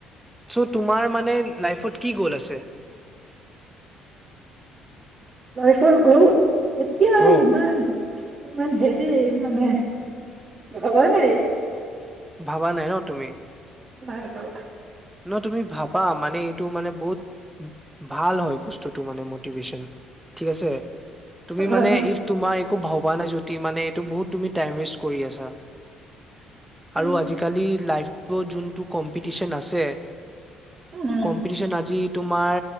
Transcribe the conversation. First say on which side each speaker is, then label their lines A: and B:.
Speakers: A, in the centre; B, on the right (about 25°).
A: চ' তোমাৰ মানে লাইফত কি গ'ল আছে?
B: লাইফ ৰ গওল । এতিয়া
A: অ
B: ইমান ইমান হেৰি মানে ভবা নাই একো
A: ভাবা নাই ন তুমি
B: <unintelligible> নাই ভাবা
A: ন তুমি ভাবা মানে এইটো মানে বহুত ভাল হয় বস্তুটো মানে মটিভেশ্যন, ঠিক আছে? তুমি
B: হয়
A: মানে ইফ তোমাৰ একো ভাবা নাই যদি মানে এইটো বহুত তুমি টাইম ৱেষ্ট কৰি আছা । আৰু
B: উম
A: আজিকালি লাইফ যোনটো কম্পিটিশন আছে <inaudible>
B: উম
A: কম্পিটিশন আজি তোমাৰ